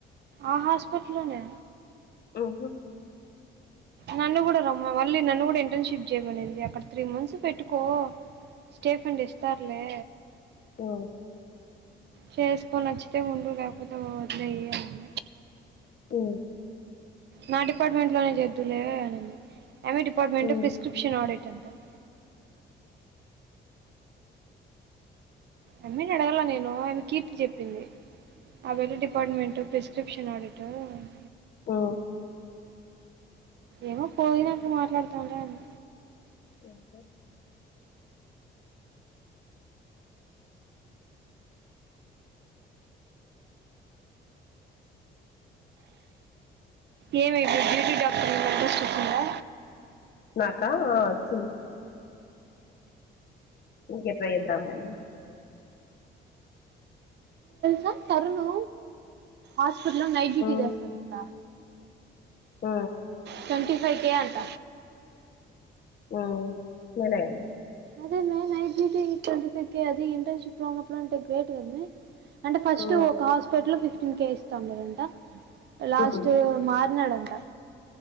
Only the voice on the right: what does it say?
ఆ హాస్పిట్లోనే
నన్ను కూడా రమ్మ మళ్ళీ నన్ను కూడా ఇంటేన్షిప్ చేయమనింది అక్కడ త్రీ మంత్స్ పెట్టుకో స్టే ఫన్డ్ ఇస్తారులే
చేసుకో నచ్చితే ఉండు లేకపోతే వదిలేయి అన్న
నా డిపార్ట్మెంట్ లోనే చేద్దులువే అనింది. ఎమ్ఏ డిపట్మెంట్
ప్రిస్క్రిప్షన్ ఆడిటర్ <inaudible> అమ్మేనడగల నేను ఆమె కీర్తి చెప్పింది. ఆ వెలే డిపార్ట్మెంట్ ప్రిస్క్రిషన్ ఆడిట రంట
ఏమో పోయినంకు మాట్లాడుతామ్లే అన్న
ఏమి ఇప్పుడు బ్యూటీ డాక్టర్ అడ్రస్ చెప్పిందా
గ తరుణు ఆష్ స్పిటల్లో నైట్ డ్యూటీ
చేస్తాడంట
ట్వంటీ ఫైవ్ కే అంట
అదే మే night duty <inaudible> twenty five K అది ఇంటర్న్షిప్ లో ఉన్నప్పుడు అంటే గ్రేట్ కద మే అంటే ఫస్ట్
ఒక హాస్పిటల్ లో ఫిఫ్టీన్ కే ఇస్ తొందరంట లాస్ట్
మార్నాడన్ ట